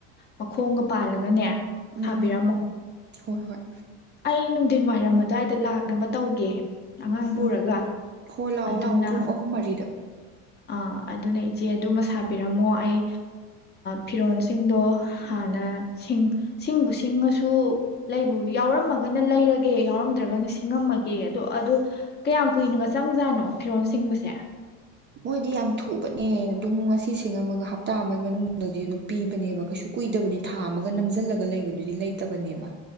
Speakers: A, on the left; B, on the right.
A: ꯃꯈꯣꯡꯒ ꯄꯥꯜꯂꯒꯅꯦ
B: ꯎꯝ
A: ꯁꯥꯕꯤꯔꯝꯃꯣ
B: ꯎꯝ ꯍꯣꯏ ꯍꯣꯏ
A: ꯑꯩꯅꯨꯡ ꯋꯥꯏꯔꯝ ꯑꯗꯨꯋꯥꯏꯗ ꯂꯥꯛꯅꯕ ꯇꯧꯒꯦ ꯑꯉꯥꯡ ꯄꯨꯔꯒ
B: ꯎꯝ ꯍꯣ ꯂꯥꯛꯑꯣ
A: ꯑꯗꯨꯅ
B: ꯂꯥꯛꯑꯣ ꯄꯨꯡ ꯑꯍꯨꯝ ꯃꯔꯤꯗ
A: ꯑꯥ ꯑꯗꯨꯅ ꯏꯆꯦ ꯑꯗꯨꯃ ꯁꯥꯕꯤꯔꯝꯃꯣ ꯑꯩ ꯐꯤꯔꯣꯜꯁꯤꯡꯗꯣ ꯍꯥꯟꯅ ꯁꯤꯡ ꯁꯤꯡꯕꯨ ꯁꯤꯡꯉꯁꯨ ꯂꯩꯕꯨ ꯌꯥꯎꯔꯝꯃꯒꯅ ꯂꯩꯔꯒꯦ ꯌꯥꯎꯔꯝꯗ꯭ꯔꯒꯅ ꯁꯤꯡꯉꯝꯃꯒꯦ ꯑꯗꯣ ꯑꯗꯣ ꯀꯌꯥꯝ ꯀꯨꯏꯅꯒ ꯆꯪꯖꯥꯠꯅꯣ ꯐꯤꯔꯣꯜ ꯁꯤꯡꯕꯁꯦ
B: ꯈ‌ꯣꯏꯗꯤ ꯌꯥꯝ ꯊꯨꯕꯅꯦ ꯑꯗꯨꯝ ꯉꯁꯤ ꯁꯤꯡꯉꯝꯒ ꯍꯞꯇꯥ ꯑꯃꯒꯤ ꯃꯅꯨꯡꯗꯗꯤ ꯑꯗꯨꯝ ꯄꯤꯕꯅꯦꯕ ꯀꯩꯁꯨ ꯀꯨꯏꯗꯕꯅꯤ ꯊꯥ ꯑꯃꯒ ꯅꯝꯁꯤꯜꯂꯒ ꯂꯩꯕꯗꯨꯗꯤ ꯂꯩꯇꯕꯅꯦꯕ